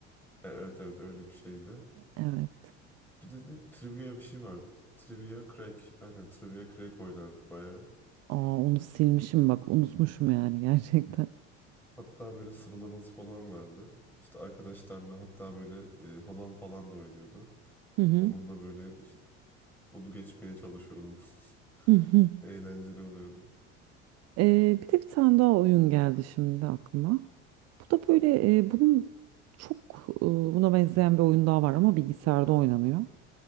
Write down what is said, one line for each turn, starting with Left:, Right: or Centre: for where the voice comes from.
Centre: e, evet evet öyle bir şeydi.
Right: Evet.
Centre: Bir de ne, trivia bir şey vardı. Trivia Crack. Aynen Trivia Crack oynardık bayağı.
Right: Aa onu silmişim bak unutmuşum yani gerçekten.
Centre: Hatta böyle sıralaması falan vardı. İşte arkadaşlarla hatta böyle e, halam falan da oynuyordu.
Right: Hı hı.
Centre: Onunla böyle işte onu geçmeye çalışıyordum.
Right: Hı hı.
Centre: <laughs> Eğlenceli oluyordu.
Right: Ee, bir de bir tane daha oyun geldi şimdi aklıma. Bu da böyle e, bunun çok e, buna benzeyen bir oyun daha var ama bilgisayarda oynanıyor.